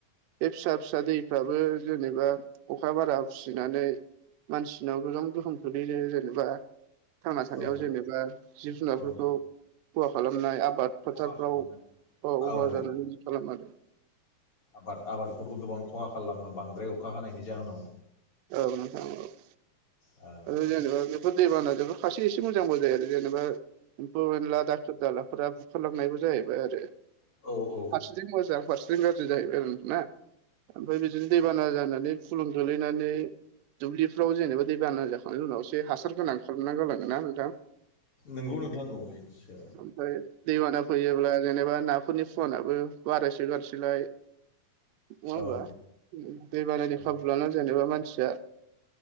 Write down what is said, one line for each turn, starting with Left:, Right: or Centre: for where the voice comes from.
Right: बे फिसा फिसा दैफ्राबो जेनेबा अखा बारा फिसिनानै मानसिनाव गोबोम गोहोम खख्लैयो जेनेबा थांना थानायाव
Left: औ
Right: जेनेबा जिब जुनारफोरखौ
Left: औ
Right: खहा खालामनाय आबाद फोथारफ्राव
Left: खहा खालामनाय
Right: अबा
Left: औ
Right: जानानै खालाम आरो
Left: आबाद आबादखौबो गोबां खहा खालामो बांद्राय अखा हानायनि जाहोनाव
Right: औ नोंथां औ
Left: औ
Right: आरो जेनेबा बेफोर दैबानाजोंबो खारसे एसे मोजांबो जायो आरो जेनेबा एम्फौ एनला दाखोर दालाफोरा बुखारलांनायबो जाहैबाय आरो
Left: औ औ
Right: फारसेथि मोजां फारसेथिं गाज्रि जाहैबाय आरो ना ओमफ्राय बिदिनो दैबाना जानानै फुलुं ख्लैनानै दुब्लिफ्राव जेनेबा दै बाना जाखांनायनि उनावसो हासार गोनां खालामनांगौ लाांगोन ना नोंथां
Left: नंगौ नोंथां औ निस्सय
Right: ओमफ्राय दैबाना फैयोब्ला जेनेबा ना नखरनि फुनआो बारायसो गारसैलाय नङा होमबा
Left: औ
Right: दैबान दै
Left: औ
Right: खाबु लानानै जेनबा मानसिया